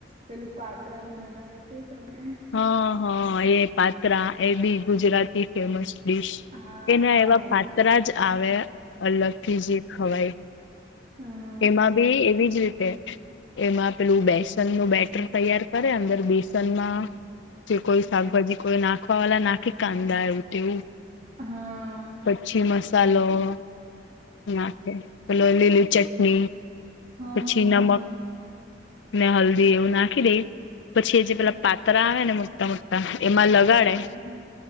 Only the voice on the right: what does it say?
પેલું પાત્રાનુ બનાવે તે તમે
હા
હા
એજ
હમ
હ.
હા
હા
હા
હા